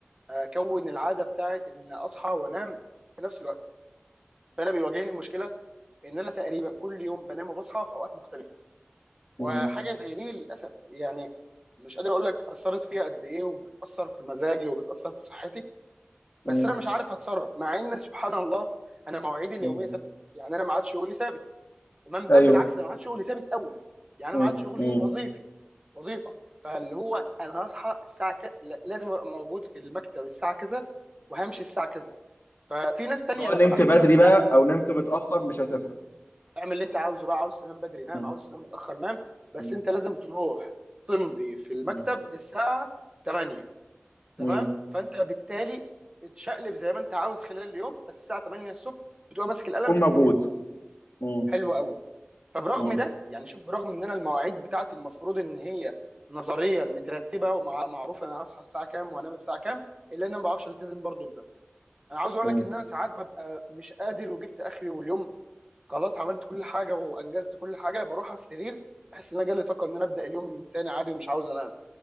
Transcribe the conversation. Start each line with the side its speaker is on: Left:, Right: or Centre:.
Right: اكون العاده بتاعت ان اصحى وانام في نفس الوقت فانا بيواجهني مشكله ان انا تقريبا كل يوم بنام وبصحى في اوقات مختلفه وحاجه
Left: مم.
Right: زي دي للاسف يعني مش قادر اقول لك اثرت فيها قد ايه وبتاثر في مزاجي وبتاثر في صحتي بس
Left: مم.
Right: انا مش عارف اتصرف مع ان سبحان الله انا مواعيدي اليوميه
Left: مم.
Right: ثابته يعني انا ما عادش شغلي ثابت تمام بل
Left: ايوه
Right: بالعكس انا معاد شغلي ثابت قوي يعني
Left: مم.
Right: انا معاد شغلي
Left: مم.
Right: وظيفي وظيفه فاللي هو انا هصحى الساعه ك... ل- لازم ابقى موجود في المكتب الساعه كذا وهمشي الساعه كذا ففي ناس تانية
Left: سواء
Right: لما
Left: نمت
Right: بحكي
Left: بدري
Right: لهم كده
Left: بقى او نمت متاخر مش هتفرق
Right: اعمل اللي انت عاوزه بقى عاوز تنام بدري نام
Left: مم.
Right: عاوز تنام متاخر نام بس
Left: مم.
Right: انت لازم تروح تمضي في المكتب
Left: مم.
Right: الساعه 8 تمام
Left: مم.
Right: فانت بالتالي اتشقلب زي ما انت عاوز خلال اليوم بس الساعه 8 الصبح بتبقى ماسك القلم
Left: تكون
Right: بتكتب
Left: موجود
Right: اسمك
Left: مم.
Right: حلو قوي فبرغم
Left: مم.
Right: ده يعني شوف برغم ان انا المواعيد بتاعتي المفروض ان هي نظريا مترتبه ومعروف انا هصحى الساعه كام وانام الساعه كام الا ان انا ما بعرفش التزم برضه بده انا عاوز اقول
Left: مم.
Right: لك ان انا ساعات ببقى مش قادر وجبت اخري واليوم خلاص عملت كل حاجه وانجزت كل حاجه بروح على السرير بحس ان انا جالي طاقه ان انا ابدا اليوم من تاني عادي ومش عاوز انام